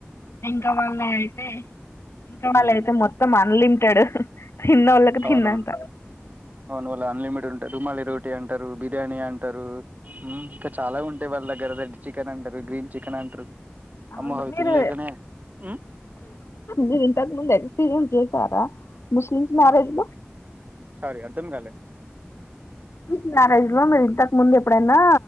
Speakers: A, on the left (about 80°); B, on the right (about 40°).
A: ఇంకా వాళ్ళ అయితే ఇంకా
B: హ్మ్
A: వాళ్లు అయితే మొత్తం అన్లిమిటెడ్ తిన్న వోళ్ళకి
B: అవునవును
A: తిన్న అంత
B: అవును వాళ్ల అన్లిమిటెడ్ ఉంటారు రుమాలి రోటీ అంటారు బిర్యానీ అంటారు యూ ఇంకా చాలా ఉంటాయి వాళ్ళ దగ్గర దగ్గ చి చికెన్ అంటారు గ్రీన్ చికెన్ అంటారు
A: అవును
B: అమ్మో అవి
A: మీరు
B: తినలేకనే హ్మ్
A: మీరు ఇంతకు ముందు ఎక్స్పీరియన్స్ చేస్ తారా ముస్లిమ్స్ మ్యారేజ్
B: ఆ
A: లో
B: సారీ అర్థం కాలే
A: ముస్లిమ్స్ మ్యారేజ్ లో మీరు ఇంతకు ముందు ఎప్పుడైనా